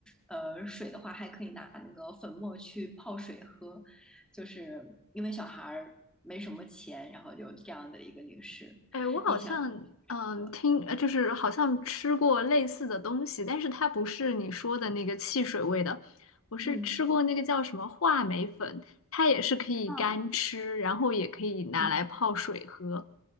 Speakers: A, in the centre; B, on the left.
A: 呃水的话，还可以拿那个粉末去泡水喝。就是因为小孩没什么钱，然后有这样的一个零食，
B: 哎，我好像嗯听，
A: 印象刻。
B: 呃就是好像吃过类似的东西，但是它不是你说的那个汽水味的，我是吃过那个叫什么话梅粉，
A: 嗯
B: 它也是可以干吃，
A: 嗯，
B: 然后也可以拿来泡水喝。
A: 嗯